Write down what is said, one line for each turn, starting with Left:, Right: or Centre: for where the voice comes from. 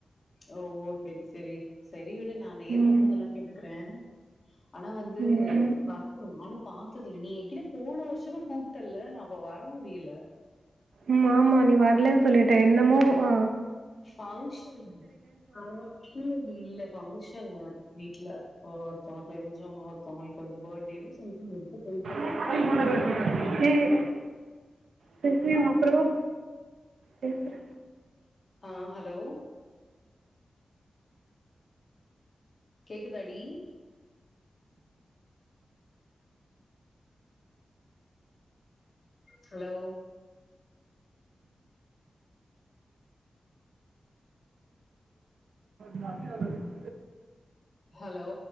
Left: ஓ ஓ சேரி சேரி சேரி விடு நா நேர்ல
Right: ம்.
Left: வந்து அதெல்லா கேட்டுக்கறே ஆனா வந்து
Right: ம்.
Left: வரணு நானும் பாத்ததில்ல நீ என்கிட்ட போன வருஷமும் கூப்டல்ல நா அப்ப வர முடில
Right: ம் ஆமா நீ வரலன்னு சொல்லிட்ட என்னமோ ஆ
Left: ஃபங்ஷன் அவங்க ரிலேட்டிவ்ல ஃபங்ஷன் ஃபங்ஷனு வீட்ல ஒருத்தவங்க தெரிஞ்சவங்க ஒருத்தவங்களுக்கு வந்து ஃபர்டே வோ சம்திங் போயிட்டோ
Right: <inaudible> எ செரி செரி அப்பறமா பேசுற
Left: ஆ ஹலோ கேக்குதாடி ஹலோ
Right: <unintelligible>
Left: ஹலோ